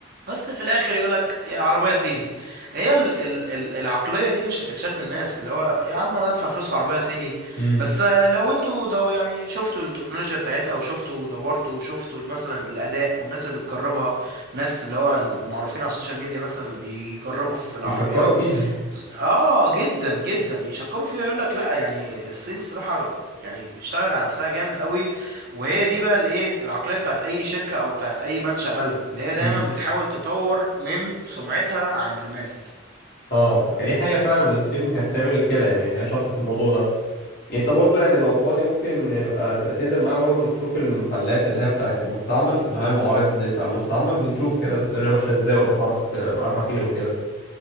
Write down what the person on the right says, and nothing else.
بس في الاخر يقول لك يا عربيه صيني هي ال ال ال العقليه دي مش هتتشال من الناس اللي هو يا عم انا ادفع فلوس في عربيه صيني
بس لو انتوا دو يعني شفتوا التكنولوجيا بتاعتها وشفتوا ودورتوا وشفتوا مثلا الاداء والناس اللي بتجربها ناس اللي هو المعروفين على السوشيال ميديا مثلا اللي بيجربوا في العربيات
اه جدا جدا يشكروا فيها يقول لك لا يعني الصين الصراحه يعني اشتغلت على نفسها جامد قوي وهي دي بقى الايه العقليه بتاعت اي شركه او بتاعت اي منشأ بلد اللي هي دايما
بتحاول تطور من سمعتها عند الناس